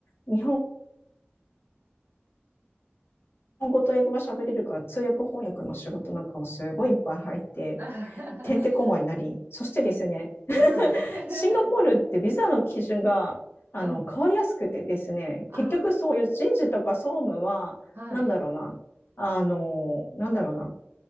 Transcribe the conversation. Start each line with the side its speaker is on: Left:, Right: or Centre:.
Left: う。日本本語と英語が喋れるから通訳翻訳の仕事なんかもすごいいっぱい入って、
Right: あは
Left: てんてこまいになり、そしてですね <laughs>、
Right: ははは
Left: シンガポールってビザの基準があの変わりやすくてですね、
Right: い。<laughs> うん。
Left: 結局そういう人事とか総務は、
Right: ああ、はい。
Left: なんだろうな、あの、なんだろうな、